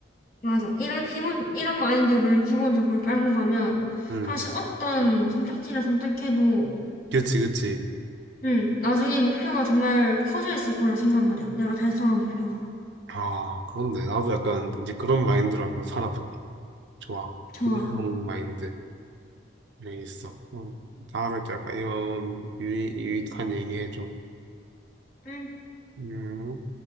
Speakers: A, on the left (about 50°); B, on the right (about 70°).
A: 맞아. 이런 기본, 이런 마인드를 기본적으로 깔고 가면
B: 음,
A: 사실 어떤 선택지를 선택해도
B: 그치, 그치.
A: 응, 나중에 목표가 정말 커져 있을 거라 생각을 해. 내가 달성한 목표가.
B: 아, 그렇네. 나도 약간 이제 그런 마인드로 한번 살아볼게. 좋아.
A: 좋아.
B: 긍정 마인드. 여기 있어. 음, 다음에 또 약간 이런 유익, 유익한 얘기 해줘.
A: 응.
B: 음.